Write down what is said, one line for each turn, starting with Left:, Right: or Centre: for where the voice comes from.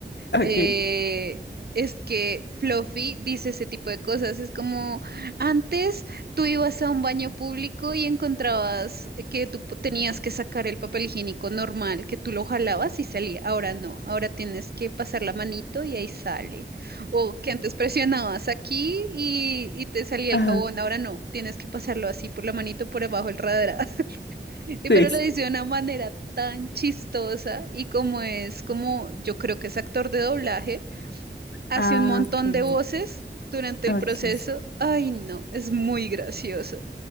Left: Ok.
Right: eh, es que Fluffy dice ese tipo de cosas. Es como, antes tú ibas a un baño público y encontrabas que tú po- tenías que sacar el papel higiénico normal, que tú lo jalabas y salía. Ahora no, ahora tienes que pasar la manito y ahí sale. O que antes presionabas aquí y, y te salía
Left: Ajá,
Right: el jabón, ahora no, tienes que pasarlo así por la manito por abajo el radar. <laughs> Y
Left: sí.
Right: pero lo dice de una manera tan chistosa y como es como yo creo que es actor de doblaje, hace
Left: Ah,
Right: un montón
Left: ok.
Right: de voces durante
Left: Ok.
Right: el proceso. Ay, no, es muy gracioso.